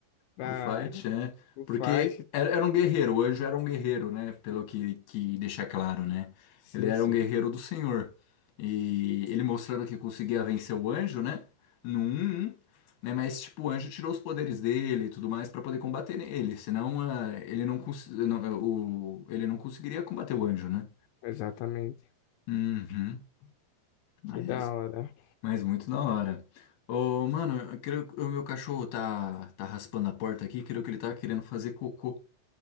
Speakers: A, on the left; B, on the left.
A: pra,
B: Pro fight, é.
A: pro
B: Porque
A: fight.
B: era, era um guerreiro, o anjo era um guerreiro, né? Pelo que, que deixa claro, né?
A: Sim,
B: Ele era
A: sim.
B: um guerreiro do Senhor. E ele mostrando que conseguia vencer o anjo, né? No 1-1, né? Mas, tipo, o anjo tirou os poderes dele e tudo mais pra poder combater ele, Senão, ah, ele não, cons- não, eh, o, ele não conseguiria combater o anjo, né?
A: Exatamente.
B: Uhum. Mas,
A: Que da hora.
B: mas muito da hora. Ô, mano, eu creio que o meu cachorro tá, tá raspando a porta aqui, creio que ele tá querendo fazer cocô.